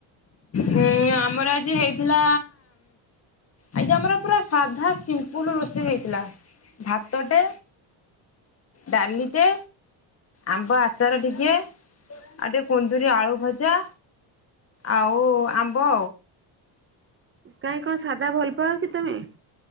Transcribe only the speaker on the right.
କାହିଁ କଣ ସାଧା ଭଲ ପାଅ କି ତମେ?